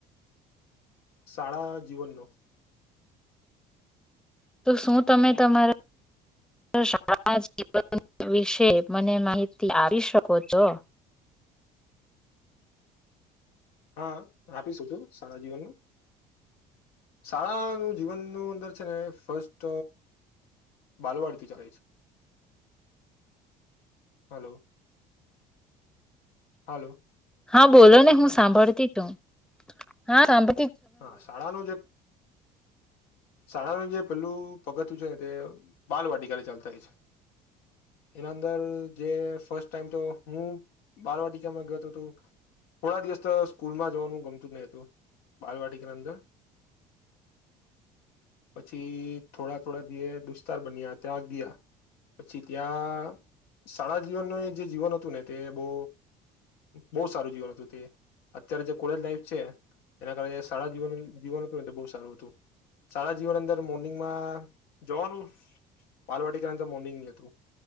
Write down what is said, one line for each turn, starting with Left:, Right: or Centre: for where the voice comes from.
Left: શાળા જીવનનો
Centre: તો શું તમે તમારા શાળાના જીવન વિશે મને માહિતી આપી શકો છો.
Left: હા આપી શકુ શાળા જીવનનું શાળાનું જીવનનું અંદર છે ને ફસ્ટ બાલવાડીથી ચાલે છે હલો હાલો
Centre: હા બોલો ને હું સાંભળતી તું હા સાંભ
Left: હા શાળાનું જે શાળાનું જે પેલું પગથયું છે ને તે બાલવાટિકાને ચાલતા હોય છે એના અંદર જે ફર્સ્ટ ટાઈમ તો હું બાલવાટિકામાં ગયો હતો હતો થોડા દિવસ તો સ્કૂલમાં જવાનું ગમતું જ નય હતું. બાલવાટીકાની અંદર પછી થોડા થોડા ધીરે દુસ્તાર બન્યા ત્યાં ગયા પછી ત્યાં શાળા જીવનનું જે જીવન હતું ને તે બો બોવ સારું જીવન હતું તે અત્યારે જે કોલેજ લાઈફ છે. એના કારણે શળા જીવન જીવન હતું ને તો બોવ સારું હતું શાળા જીવન અંદર મોર્નિંગમાં જવાનું બાલવાટીકાની તો મોર્નિંગની હતું